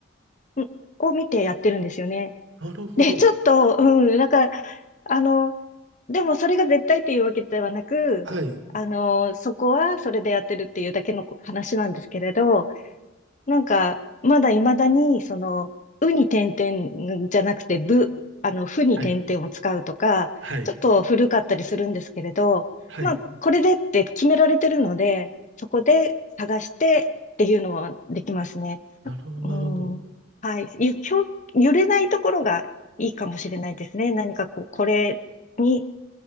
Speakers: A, on the left (about 40°); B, on the right (about 65°).
A: んを見てやってるんですよね。
B: なるほど。
A: で、ちょっと、うん、なんか、あの、でもそれが絶対っていうわけではなく、
B: はい、
A: あの、そこはそれでやってるっていうだけの話なんですけれど、なんか、まだ未だに、その、うに点々じゃなくて、ぶ、あの、ふに点々を使うとか、
B: はい、はい、
A: ちょっと古かったりするんですけれど、
B: はい。
A: まあ、これでって決められてるので、そこで探してっていうのはできますね。
B: なるほど、なるほど。
A: うん。はい。ゆ、ひょ揺れないところがいいかもしれないですね。何かこう、これに、